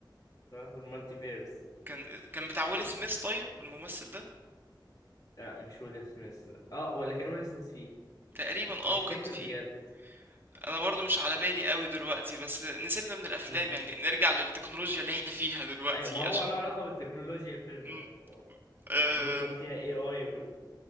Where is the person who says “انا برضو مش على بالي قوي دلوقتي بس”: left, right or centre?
Right